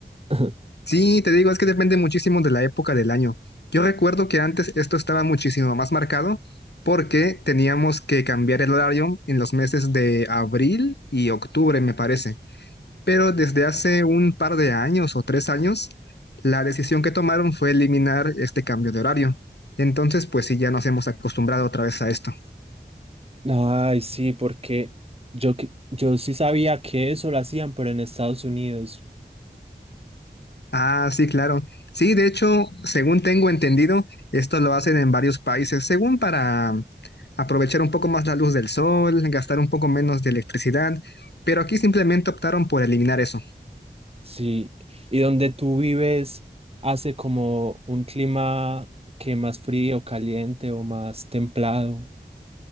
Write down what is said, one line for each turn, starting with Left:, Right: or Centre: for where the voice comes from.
Right: <laughs>
Left: Sí, te digo, es que depende muchísimo de la época del año. Yo recuerdo que antes esto estaba muchísimo más marcado porque teníamos que cambiar el horario en los meses de abril y octubre, me parece. Pero desde hace un par de años o tres años, la decisión que tomaron fue eliminar este cambio de horario. Entonces, pues sí, ya nos hemos acostumbrado otra vez a esto.
Right: Ay, sí, porque yo, que- yo sí sabía que eso lo hacían, pero en Estados Unidos,
Left: Ah, sí, claro. Sí, de hecho, según tengo entendido, esto lo hacen en varios países, según para aprovechar un poco más la luz del sol, gastar un poco menos de electricidad, pero aquí simplemente optaron por eliminar eso.
Right: sí. Y donde tú vives hace como un clima que más frío, caliente o más templado.